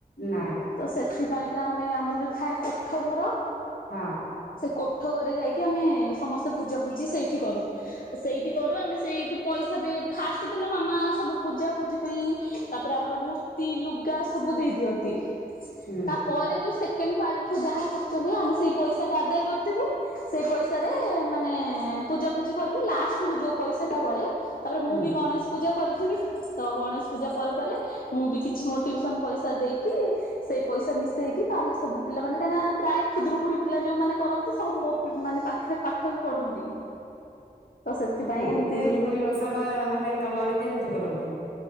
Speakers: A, on the left; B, on the left.
A: ନାଇଁ
B: ତ ସେଥିପାଇଁକା ଆମେ ଆମର ଯୋଉ ଥାଏ କୋଠ ଘର
A: ହଁ
B: ସେ କୋଠ ଘରେ ଯାଇକି ଆମେ ସମସ୍ତେ ପୂଜା ପୂଜି ସେଇଠି କରୁ ସେଇଠି କରୁ ଆମେ ସେଇଠୁ ପଇସା ବି ଫାଷ୍ଟ ଦିନ ମାମା ସବୁ ପୂଜା ପୂଜି ପାଇଁ ତାପରେ ଆମର ମୂର୍ତ୍ତି ଲୁଗା ସବୁ ଦେଇ ଦିଅନ୍ତି
A: ହୁଁ
B: ତାପରେ ଯୋଉ ସେକେଣ୍ଡ ପାଳିଠୁ ଯାହା ଖର୍ଚ୍ଚ ହୁଏ ଆମେ ସେଇ ପଇସା ଟା ଆଦାୟ କରିଥିବୁ ସେଇ ପଇସାରେ ମାନେ ପୂଜା ପୂଜି କରିବୁ ଲାଷ୍ଟ କୁ ଯୋଉ ପଇସା ଟା ବଳେ ତାପରେ
A: ହୁଁ।
B: ମୁଁ ବି କଣ ଆସି ପୂଜା କରିଥିବି ତ ଗଣେଶ ପୂଜା ପରେ ପରେ ମୁଁ ବି କିଛି ମୋ ଟ୍ୟୁସନ ପଇସା ଦେଇକି ସେଇ ପଇସା ମିଶେଇକି ତ ଆମେ ସବୁ ପିଲମାନୋନ କାଁକିନା ପ୍ରାୟ ଖୁଦରୁକୁୁଣ ପିଲା ଯୋଉମାନୋନେ କରନ୍ତି ସବୁ ମୋ ମାନେ ପାଖରେ ପାଠ ବି ପଢନ୍ତି ତ ସେଥିପାଇଁ
A: ଆ
B: ଏମିତି
A: ଖୁଦୁରୁକୁଣୀ ଓଷା ଟା ମାନେ ତମ ଆଡେ କେମିତି କରନ୍ତି